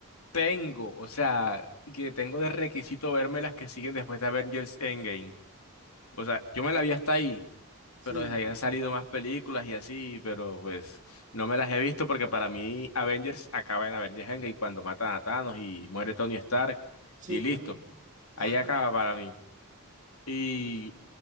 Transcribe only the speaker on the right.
Sí,
sí,
correcto. Ajá.